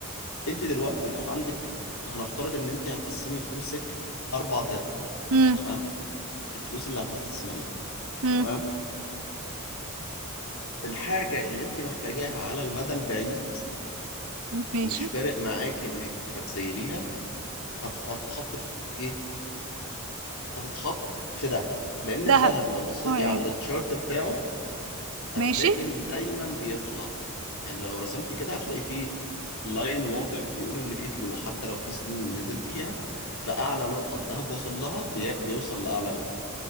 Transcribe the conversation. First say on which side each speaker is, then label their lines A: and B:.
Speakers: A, on the left; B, on the right.
A: انت دلوقتي لو عندك هنفترض ان انت هتقسمي فلوسك اربع ارباع
B: امم
A: تمام الفلوس اللي هتستثمريها
B: امم
A: تمام فالحاجة اللي انت محتاجاها على المدى البعيد
B: ماشي
A: ومش فارق معاك انك هتسيليها هت- هتتحط في ايه؟ هتتحط في دهب لان
B: دهب
A: الدهب لو بصيتي
B: اه ايه
A: على التشارت بتاعه هتلاقي
B: ماشي
A: ان دايما بيطلع يعني لو رسمت كده هتلاقي فيه لاين واضح بيقول ان في طلوع حتى لو في سنين نزل فيها فاعلى نقطة الدهب وصل لها بي... بيوصل لاعلى منها